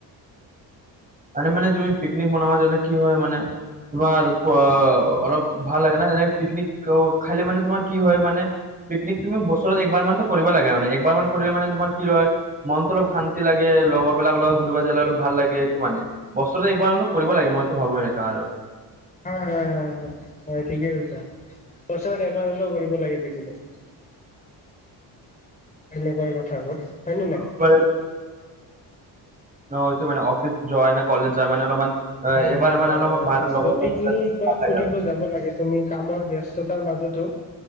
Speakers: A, on the right (about 20°); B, on the left (about 20°).
A: আৰু মানে তুমি পিকনিক বনাবা যলে কি হয় মানে তোমাৰ অ', অলপ ভাল লাগে না এনে পিকনিক খালে মানে তোমাৰ কি হয় মানে পিকনিক তুমি বছৰত এক বাৰ মান ত 'কৰিব লাগে মানে, একবাৰ মান কৰিলে মানে তোমাৰ কি হয় মনতো অলপ শান্তি লাগে, লগৰ বিলাক লগত ঘূৰিব যালে অলপ ভাল লাগে। মানে, বছৰতটো একবাৰ কৰিব লাগে মইতো ভাবো এনেকা আৰু।
B: হয়, হয়, হয়, ঠিকেই কৈছা। বছৰত এবাৰ হলেও কৰিব লাগে পিকনিক।
A: <inaudible>
B: সেনেকুৱা এই কথাবোৰ হয় নে নাই?
A: <unintelligible> অ', এইটো মানে অফিচ যোৱা নে কলেজ যায় মানে অলপমান,
B: হয়
A: এইবাৰ
B: হয়
A: মানে
B: হয়
A: অলপমান লগত লগ
B: পিকনিক বা
A: ভাল লাগে
B: ফুৰিব
A: আৰু।
B: যাব লাগে তুমি কামৰ ব্যস্ততাৰ মাজতো